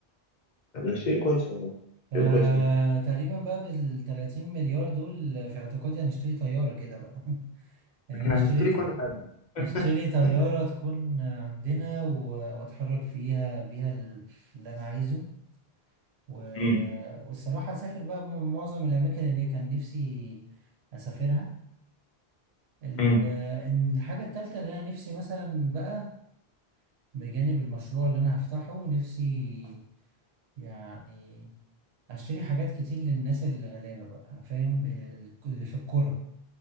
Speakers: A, on the left; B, on the right.
A: ده شيء كويس والله
B: فتقريبا
A: شيء كويس جدا
B: بقى بال 30 مليار دول في اعتقادي هنشتري طيارة كده بقى <laughs> يعني
A: إحنا
B: نشتريها
A: هنشتري كل حاجة
B: نشتري
A: <laughs>
B: طيارة تكون عندنا و- واتحرك فيها بيها ال- اللي انا عايزه و...
A: مم.
B: والصراحة اسافر بقى م- معظم الاماكن اللي كان نفسي اسافرها ال-
A: مم.
B: إن الحاجة التالتة اللي انا نفسي مثلا بقى بجانب المشروع اللي انا هفتحه نفسي يعني اشتري حاجات كتير للناس الغلابة بقى فاهم ال- اللي في الكرة